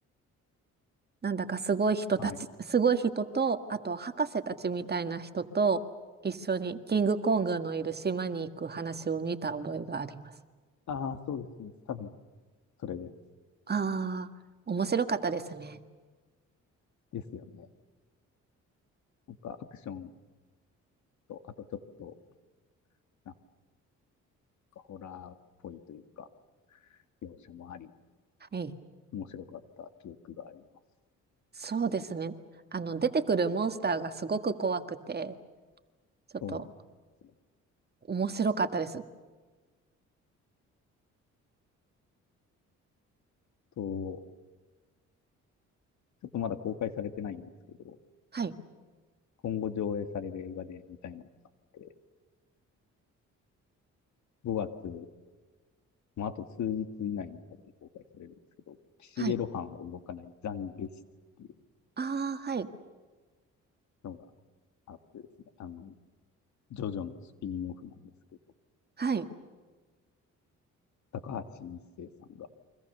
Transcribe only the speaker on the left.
はい。
ああ、そうです、そうです。多分、それです。
ですよね。なんかアクションと、あとちょっと、なんかホラーっぽいというか、描写もあり、
面白かった記憶があります。
そうですね。
と、ちょっとまだ公開されてないんですけど、
今後上映される映画で見たいものがあって、5月もうあと数日以内に多分公開されるんですけど、岸辺露伴は動かない懺悔室っていう
のがあってですね、あの、ジョジョのスピンオフなんですけど、
高橋一生さんが